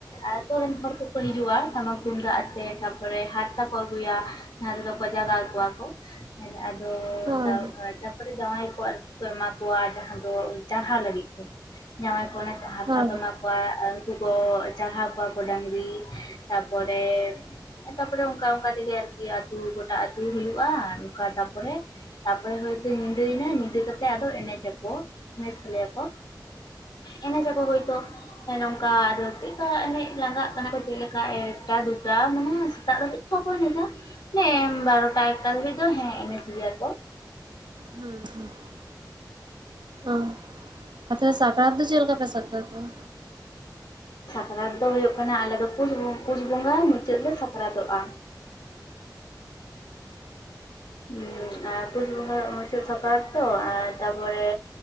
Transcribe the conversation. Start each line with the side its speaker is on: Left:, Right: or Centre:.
Left: ᱟᱛᱳ ᱨᱮᱱ ᱦᱚᱲ ᱠᱚᱠᱚ ᱦᱤᱡᱩᱜᱼᱟ ᱴᱟᱢᱟᱠ ᱛᱩᱢᱫᱟᱜ ᱟᱛᱮᱜ ᱛᱟ ᱯᱚᱨᱮ ᱦᱟᱨᱛᱟ ᱠᱚ ᱟᱜᱩᱭᱟ ᱾ ᱡᱟᱦᱟᱸ ᱛᱮᱫᱚ ᱠᱚ ᱡᱟᱜᱟᱣ ᱠᱚᱣᱟ ᱠᱚ, ᱦᱮᱸ ᱟᱫᱚ
Right: ᱦᱳᱭ
Left: ᱫᱟᱣ <unintelligible> ᱠᱚᱨᱮ ᱡᱟᱶᱟᱭ ᱠᱚ ᱟᱨᱠᱤ ᱠᱚ ᱮᱢᱟ ᱠᱚᱣᱟ, ᱡᱟᱦᱟᱸ ᱫᱚ ᱪᱟᱨᱦᱟᱣ ᱞᱟᱹᱜᱤᱫ ᱛᱮ, ᱡᱟᱶᱟᱭ ᱠᱚᱲᱟ ᱦᱟᱨᱛᱟ
Right: ᱦᱳᱭ
Left: ᱠᱚ ᱮᱢᱟ ᱠᱚᱣᱟ ᱩᱝᱠᱩ ᱠᱚ ᱪᱟᱨᱦᱟᱣ ᱠᱚᱣᱟ ᱠᱚ ᱰᱟᱝᱨᱤ, ᱛᱟᱯᱚᱨᱮ ᱛᱟᱨᱯᱚᱨᱮ ᱚᱱᱠᱟ ᱚᱱᱠᱟ ᱛᱮᱜᱮ ᱟᱨᱠᱤ ᱟᱹᱛᱩ ᱜᱚᱴᱟ ᱟᱹᱛᱩ ᱦᱩᱭᱩᱜᱼᱟ ᱚᱱᱠᱟ ᱛᱟᱨᱯᱚᱨᱮ ᱛᱟᱯᱚᱨᱮ ᱦᱚᱭᱛᱚ ᱧᱤᱫᱟᱹᱭᱮᱱᱟ ᱧᱤᱫᱟᱹ ᱠᱟᱛᱮᱜ ᱟᱫᱚ ᱮᱱᱮᱡ ᱟᱠᱚ ᱮᱱᱮᱡ ᱛᱟᱞᱮᱭᱟᱠᱚ ᱾ ᱮᱱᱮᱡᱟᱠᱚ ᱦᱳᱭᱛᱚ ᱾ ᱦᱮᱸ ᱱᱚᱝᱠᱟ ᱟᱫᱚ ᱪᱮᱫᱠᱟ ᱮᱱᱮᱡ ᱞᱟᱸᱜᱟᱜ ᱠᱟᱱᱟ ᱠᱚ ᱪᱮᱫ ᱞᱮᱠᱟ ᱮᱠᱴᱟ ᱫᱩᱴᱟ ᱢᱟᱱᱮ ᱥᱮᱛᱟᱜ ᱫᱷᱟᱹᱵᱤᱡ ᱵᱟᱠᱚ ᱮᱱᱮᱡᱟ ᱱᱮᱢ ᱵᱟᱨᱚᱴᱟ ᱮᱠᱴᱟ ᱫᱷᱟᱹᱵᱤᱡ ᱫᱚ ᱦᱮᱸ ᱮᱱᱮᱡ ᱜᱮᱭᱟ ᱠᱚ ᱾
Right: ᱦᱩᱸ ᱦᱩᱸ ᱾ ᱚ ᱟᱪᱪᱷᱟ ᱥᱟᱠᱨᱟᱛ ᱫᱚ ᱪᱮᱫ ᱞᱮᱠᱟ ᱯᱮ ᱥᱟᱠᱨᱟᱛ ᱛᱚᱣᱟ?
Left: ᱥᱟᱠᱨᱟᱛ ᱫᱚ ᱦᱳᱭᱳᱜ ᱠᱟᱱᱟ ᱟᱞᱮ ᱫᱚ ᱯᱩᱥ ᱵᱚ ᱯᱩᱥ ᱵᱚᱸᱜᱟ ᱢᱩᱪᱟᱹᱫ ᱞᱮ ᱥᱟᱠᱨᱟᱛᱚᱜᱼᱟ ᱾ ᱦᱩᱸ ᱟᱨ ᱯᱩᱥ ᱵᱚᱸᱜᱟ ᱢᱩᱪᱟᱹᱫ ᱥᱟᱠᱨᱟᱛ ᱛᱚ ᱮᱸ ᱛᱟᱯᱚᱨᱮ